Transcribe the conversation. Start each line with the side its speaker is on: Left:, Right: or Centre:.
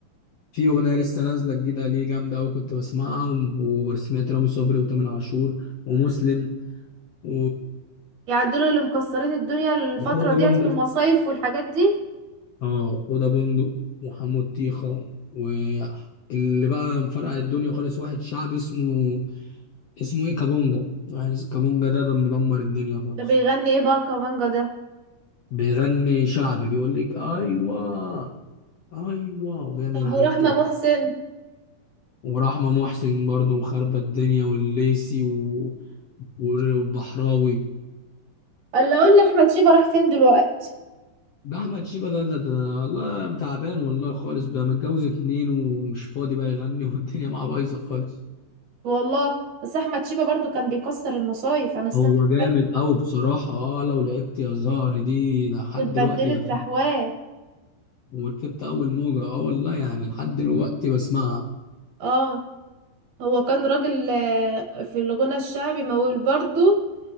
Left: في اغنيه لسه نازله جديده ليه جامده قوي كنت بسمعها و- وسمعت رامي صبري وتامر عاشور ومسلم و
Right: يعني دول اللي مكسرين الدنيا الفترة
Left: وحوده
Right: ديت في المصايف والحاجات دي
Left: اه اوضه بندق وحمو الطيخه واللي بقى مفرقع الدنيا خالص واحد شعبي اسمه اسمه ايه كابونجا واحد اسمه كابونجا ده ده مدمر الدنيا خالص
Right: ده بيغني ايه بقى كمانجا ده
Left: بيغني شعبي بيقول لك ايوه ايوه وبيعمل
Right: طب
Left: حاجات
Right: ورحمة
Left: كده
Right: محسن
Left: ورحمه محسن برضه وخربة الدنيا والليسي و... وال- والبحراوي
Right: الا اقول لي احمد شيبة راح فين دلوقتي
Left: ده احمد شيبه ده ده, ده والله تعبان والله خالص بقى متجوز اتنين ومش فاضي بقى يغني <laughs> والدنيا معاه بايظه خالص
Right: والله بس احمد شيبة برضو كان بيكسر المصايف انا السنة
Left: هو
Right: اللي
Left: جامد
Right: فاتت
Left: قوي بصراحة اه لو لعبت يا زهر دي لحد
Right: واتبدلت
Left: دلوقتي بسمعها
Right: لحواه
Left: وركبت أول موجة اه والله يعني لحد دلوقتي بسمعها
Right: اه هو كان راجل آه، في الغنى الشعبي مول برضو